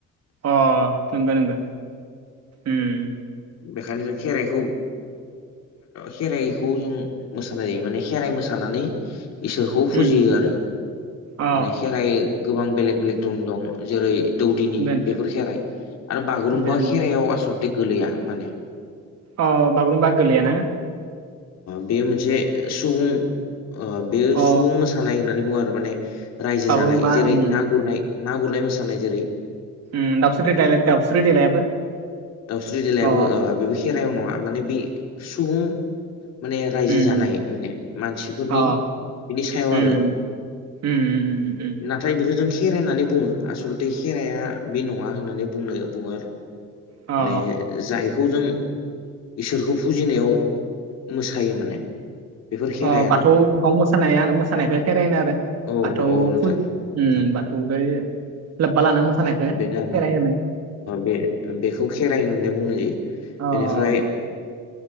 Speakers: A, on the right; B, on the left.
A: अ नंगौ नंगौ उम
B: बेखायनो जों खेराइखौ खेराइखौ जों मोसानाय जायो माने खेराइ मोसानानै इसोरखौ फुजियो
A: उम
B: आरो
A: अ
B: माने खेराइ गोबां बेलेग बेलेग दं जेरै दौदिनि
A: नंगौ नंगौ
B: बेफोर खेराइ आरो बागुरुम्बा
A: ओमफ्राय
B: खेर आसल गोरलैया माने
A: अ बागुरुम्बा गोरलैयाना
B: बेयो मोनसे सुबुं बेयो
A: अ
B: सुबुं मोसानाय होननानै बुङो आरो माने रायजो
A: बागुरुम्बा
B: जानाय जेरै
A: ओं
B: ना गुरनाय ना गुरनाय मोसानाय जेरै
A: उम दाउस्रि देलाय दाउस्रि देलायाबो
B: दाउस्रि देलायाबो
A: अ
B: बेबो खेराइायाव नङा माने बे सुबुं माने रायजो
A: उम
B: जानाय माने मानसिफोरनि
A: अ
B: बिनि सायाव
A: उम
B: आरो
A: उम उम
B: नाथाय बेखौ जों खेराइ होननानै बुङो आसलथे खेराइाया बे नङा होननानै बुंनो बुङो आरो
A: अ
B: माने जायखौ जों इसोरखौ फुजिनायाव मोसायो माने बेफोर खेराइ
A: अ बाथौ
B: आरो
A: मोखौ मोसानाया मोसानायखौ खेरायनो आरो
B: औ
A: बाथौ
B: औ नोंथां
A: फुजा
B: औ नोंथां
A: बाथौलाय सेल बला ना मोसानखो
B: बेनो आरो
A: खेरनो
B: बे बेखौ खेराइ होननानै बुंनाय जायो
A: अ
B: बेनिफ्राय